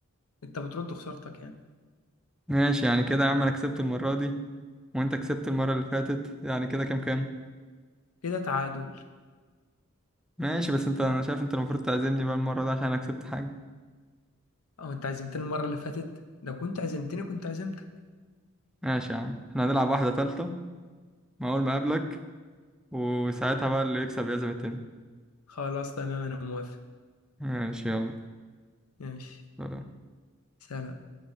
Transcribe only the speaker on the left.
أنت بترد خسارتك يعني
كده تعادل
أو أنت عزمتني المرة اللي فاتت لو كنت عزمتني كنت عزمتك
خلاص تمام أنا موافق
ماشي
سلام